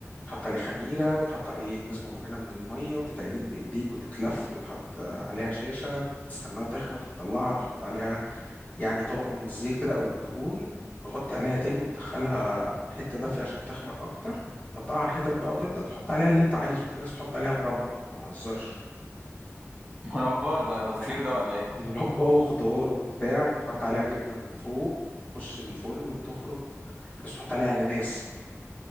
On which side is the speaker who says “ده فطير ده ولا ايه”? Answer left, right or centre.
Right